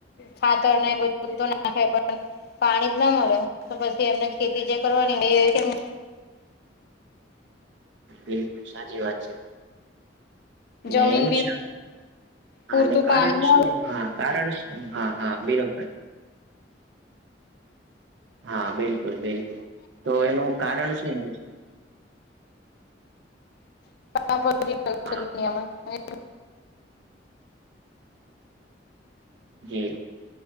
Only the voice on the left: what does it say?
ફાતર નહી બધું તો નાખે પણ. પાણી જ ના મળે તો પછી એમને ખેતી જે કરવાની હોય એવી
જમીન
બી
પૂરતું
પાણી ના
લઈ
દુનિયામાં. <inaudible>